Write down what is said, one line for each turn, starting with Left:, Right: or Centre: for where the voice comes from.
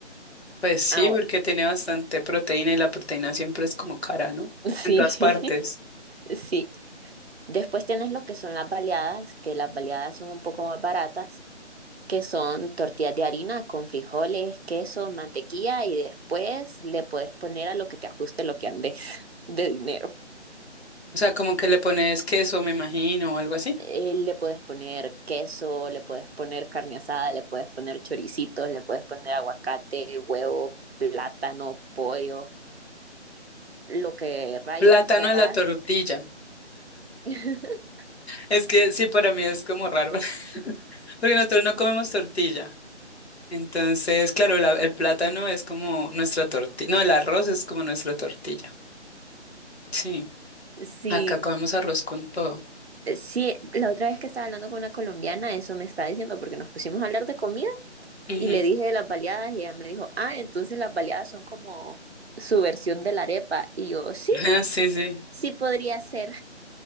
Left: Pues sí,
Right: ahora.
Left: porque tiene bastante proteína y la proteína siempre es como cara, ¿no?
Right: Sí,
Left: En todas partes.
Right: <laughs> sí. Después tienes lo que son las baleadas, que las baleadas son un poco más baratas que son tortillas de harina con frijoles, queso, mantequilla y después le puedes poner a lo que te ajuste lo que andes <laughs> de dinero.
Left: O sea, como que le pones queso, me imagino, o algo así.
Right: Eh, le puedes poner queso, le puedes poner carne asada, le puedes poner choricitos, le puedes poner aguacate, huevo, plátano, pollo, lo que rayos
Left: Plátano
Right: querrás.
Left: a la tortilla.
Right: <laughs>
Left: Es que sí, para mí es como raro, <laughs> porque nosotros no comemos tortilla. Entonces, claro, la- el plátano es como nuestra tortilla. No, el arroz es como nuestra tortilla. Sí,
Right: Sí,
Left: acá comemos arroz con todo.
Right: sí, la otra vez que estaba hablando con una colombiana, eso me está diciendo, porque nos pusimos a hablar de comida
Left: Ujú.
Right: Y le dije de las baleadas y ella me dijo, ah, entonces las baleadas son como su versión de la arepa. Y yo, sí,
Left: <laughs> Ah, sí, sí.
Right: sí podría ser.